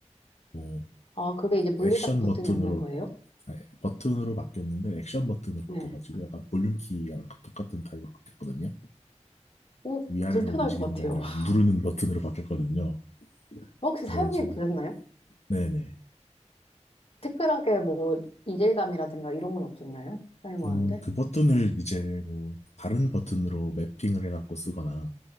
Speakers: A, on the left; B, on the left.
A: 뭐
B: 아, 그게 이제 물리적
A: 액션
B: 버튼이
A: 버튼으로
B: 없는 거예요?
A: 예, 버튼으로 바뀌었는데 액션 버튼으로
B: 네.
A: 바뀌어가지고 약간 볼륨 키랑 똑같은 타입으로 바뀌었거든요.
B: 오,
A: 위아래로
B: 불편할
A: 움직이는
B: 것 같아요.
A: 게 아니라
B: <laughs>
A: 누르는 버튼으로 바뀌었거든요.
B: 혹시
A: 그래가지고
B: 사용해 보셨나요?
A: 네네.
B: 특별하게 뭐 이질감이라든가 이런 건 없었나요? 사용하는데?
A: 어, 그 버튼을 이제 뭐 다른 버튼으로 매핑을 해갖고 쓰거나